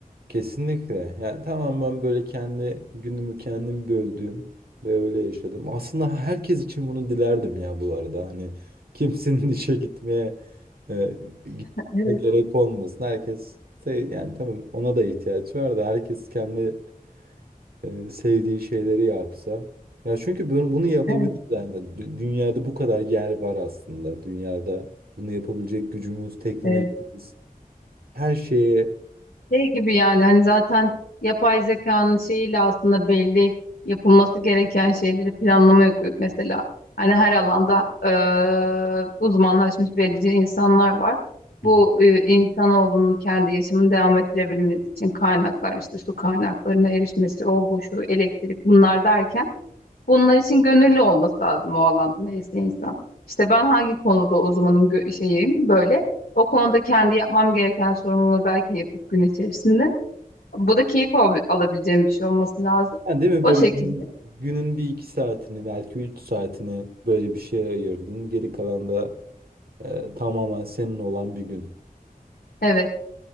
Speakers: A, on the right; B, on the left.
A: Kesinlikle. Yani tamam ben böyle kendi günümü kendim böldüğüm ve öyle yaşadım. Aslında herkes için bunu dilerdim ya bu arada. Hani kimsenin <laughs> işe gitmeye e, gitmeye
B: Evet,
A: gerek olmasın. Herkes sev yani tamam ona da ihtiyaç var da herkes kendi e, sevdiği şeyleri yapsa. Ya çünkü bunu, bunu yapabiliriz
B: evet.
A: yani. Dü- Dünyada bu kadar yer var aslında. Dünyada bunu yapabilecek gücümüz, teknolojimiz,
B: Ee,
A: her şeye
B: Şey gibi yani hani zaten yapay zekanın şeyiyle aslında belli yapılması gereken şeyleri planlamaya koyup mesela hani her alanda eee, uzmanlaşmış belirli insanlar var.
A: <laughs>
B: Bu e, insanoğlunun kendi yaşamını devam ettirebilmesi için kaynaklar işte su kaynaklarına erişmesi, o bu şu elektrik bunlar derken Bunlar için gönüllü olması lazım o alanda neyse insan. İşte ben hangi konuda uzmanım gö- şeyim böyle. O konuda kendi yapmam gereken sorumluluğu belki yapıp gün içerisinde. Bu da keyif al- alabileceğim bir şey olması lazım.
A: Yani değil mi
B: O
A: böyle
B: şekilde.
A: gün- günün bir iki saatini belki üç saatini böyle bir şeye ayırdın. Geri kalan da e, tamamen senin olan bir gün.
B: Evet,